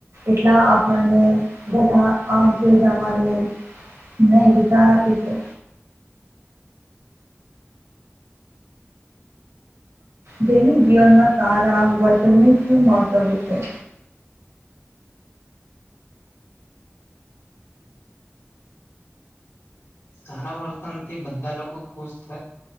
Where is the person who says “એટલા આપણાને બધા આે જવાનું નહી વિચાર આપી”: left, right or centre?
Right